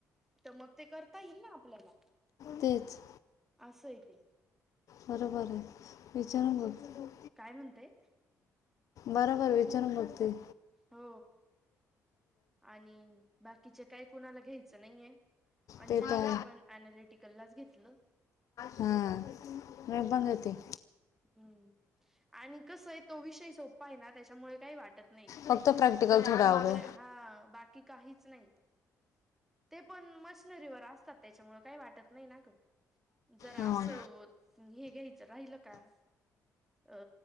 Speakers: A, in the centre; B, on the left.
A: तर मग ते करता येईल ना आपल्याला
B: तेच
A: अससय ते
B: बरोबर आहे विचारून कर
A: काय म्हणतेय
B: बरोबर विचार बघते
A: हो आणि बाकीचे काय कोणाला घ्यायचं नाहीये अंजलीने
B: ते तर
A: पण अनालिटिकललाच घेतलं
B: हा मी बंदती
A: हम्म आणि कस आहे तो विषय सो्पा आहे ना त्याच्यामुळे काही वाटत नाही.
B: फक्त प्रॅक्टिकल थोडं आवडं
A: तर हा बाकी काहीच नाही ते पण,, मशनरीवर असतात त्याच्यामुळ काही वाटत नाही ना ग. जरा
B: हां
A: असं,, हे घ्यायचं राहिलंऽ का,, अ,,